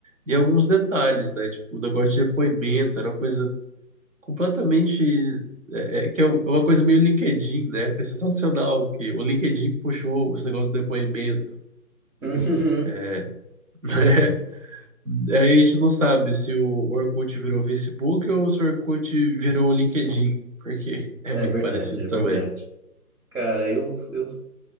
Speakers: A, on the right (about 55°); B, on the right (about 70°).
A: e alguns detalhes, né, tipo o negócio de depoimento, era uma coisa completamente, é, é, que é um, uma coisa meio LinkedIn, né, que é sensacional, que o LinkedIn puxou esse negócio do depoimento.
B: Uhum.
A: É, <laughs> Aí a gente não sabe se o Orkut virou Facebook ou se o Orkut virou o LinkedIn, porque é
B: É
A: muito
B: verdade,
A: parecido
B: é
A: também.
B: verdade. Cara, eu, eu,